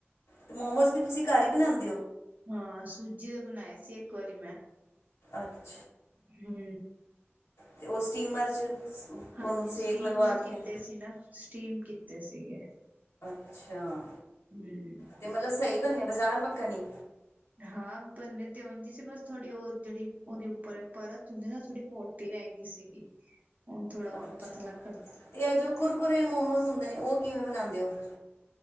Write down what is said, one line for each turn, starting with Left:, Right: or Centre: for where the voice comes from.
Left: ਤੇ ਮੋਮੋਜ਼ ਵੀ ਤੁਸੀਂ ਘਰ ਹੀ ਬਣਾਉਦੇ
Right: ਹਾਂ ਸੂਜੀ ਦੇ ਬਣਾਏ ਸੀ ਇੱਕ ਵਾਰੀ ਮੈਂ
Left: ਅੱਛਾ
Right: ਹਮ
Left: ਅਤੇ ਉਹ ਸਟੀਮਰ 'ਚ ਉਹਨੂੰ
Right: ਹਾਂਜੀ
Left: ਸੇਕ
Right: ਸਟੀਮਰ
Left: ਲਗਵਾ ਕੇ
Right: ਕੀਤੇ ਸੀ ਨਾ ਸਟੀਮ ਕੀਤੇ ਸੀਗੇ
Left: ਅੱਛਾ
Right: ਹਮ
Left: ਤੇ ਮਤਲਬ ਸਹੀ ਬਾਜ਼ਾਰ ਵਰਗਾ ਨਹੀਂ
Right: ਹਾਂ ਬੰਨੇ ਤੇ ਉੰਝ ਸੀ ਬਸ ਥੋੜੀ ਉਹ ਜਿਹੜੀ ਉਹਦੀ ਉੱਪਰ ਪਰਤ ਹੁੰਦੀ ਨਾ ਥੋੜੀ ਮੋਟੀ ਰਹਿ ਗਈ ਸੀਗੀ ਹੁਣ ਥੋੜਾ ਹੋਰ
Left: ਅੱਛਾ
Right: ਪਤਾ ਲੱਗ
Left: ਤੇ ਇਹ ਜੋ ਕੁਰਕੁਰੇ ਮੋਮੋਸ ਹੁੰਦੇ ਨੇ, ਉਹ ਕਿਵੇਂ ਬਣਾਉਂਦੇ ਹੋ ਫਿਰ।